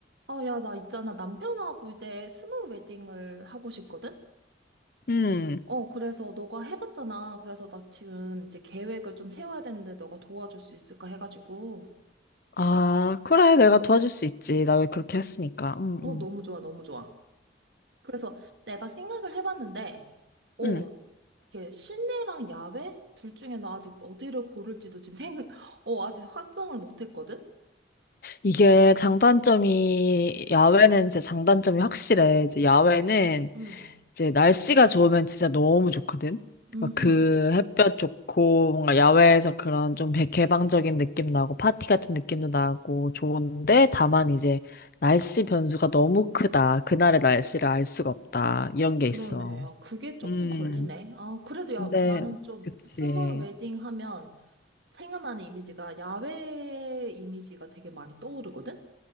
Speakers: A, on the right; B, on the left.
A: 아, 야, 나 있잖아. 남편하고 이제 스몰 웨딩을 하고 싶거든?
B: 음.
A: 어, 그래서 너가 해봤잖아. 그래서 나 지금 이제 계획을 좀 세워야 되는데 너가 도와줄 수 있을까 해가지고.
B: 아, 그래. 내가 도와줄 수 있지. 나도 그렇게 했으니까. 음,
A: 어,
B: 음.
A: 너무 좋아, 너무 좋아. 그래서 내가 생각을 해봤는데, 어,
B: 음.
A: 이게 실내랑 야외? 둘 중에 나 아직 어디를 고를지도 지금 생, <laughs> 어, 아직 확정을 못했거든?
B: 이게 장단점이, 야외는 진짜 장단점이 확실해. 이제 야외는
A: 음,
B: 이제 날씨가 좋으면 진짜 너무 좋거든.
A: 음,
B: 막그 햇볕 좋고, 뭔가 야외에서 그런 좀 개- 개방적인 느낌 나고, 파티 같은 느낌도 나고, 좋은데, 다만 이제 날씨 변수가 너무 크다. 그날의 날씨를 알 수가 없다. 이런 게
A: 그러네.
B: 있어.
A: 요 그게 조금
B: 음.
A: 걸리네. 아, 그래도 야,
B: 근데,
A: 나는 좀
B: 그치.
A: 스몰 웨딩 하면 생각나는 이미지가 야외 이미지가 되게 많이 떠오르거든?